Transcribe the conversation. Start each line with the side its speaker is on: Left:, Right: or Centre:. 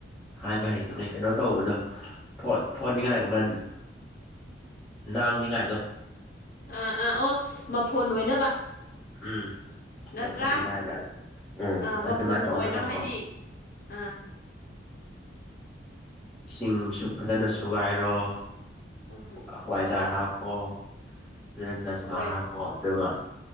Centre: ꯍꯥꯏꯕ
Left: ꯀꯔꯤꯅꯣ
Centre: ꯍꯩꯈꯤꯅꯦ ꯀꯩꯅꯣ ꯇꯧꯕꯗꯣ ꯊꯣꯅꯤꯡꯉꯥꯏꯒꯨꯝꯕ ꯥꯡꯅꯤꯉꯥꯏꯗꯣ
Left: ꯑꯥ ꯑꯥ ꯑꯣ ꯃꯐꯣꯟ ꯑꯣꯏꯅꯕ
Centre: ꯎꯝ
Left: ꯅꯠꯇ꯭ꯔꯥ
Centre: ꯃꯊꯣꯟ ꯑꯅꯤ ꯍꯥꯏꯕ꯭ꯔꯥ ꯎꯝ
Left: ꯑꯥ
Centre: ꯑꯗꯨꯃꯥꯏꯅ
Left: ꯃꯐꯣꯟ
Centre: ꯇꯧꯅꯕꯀꯣ
Left: ꯑꯣꯏꯅꯕ ꯍꯥꯏꯗꯤ ꯑꯥ
Centre: ꯁꯤꯡꯁꯨ ꯐꯖꯅ ꯁꯨꯒꯥꯏꯔꯣ
Left: ꯎꯝ
Centre: ꯍꯋꯥꯏꯖꯔ
Left: ꯍꯥ
Centre: ꯍꯥꯞꯄꯣ ꯑꯗꯨ ꯅꯁꯃꯥ
Left: ꯍꯣꯏ
Centre: ꯍꯥꯞꯄꯣ ꯑꯗꯨꯒ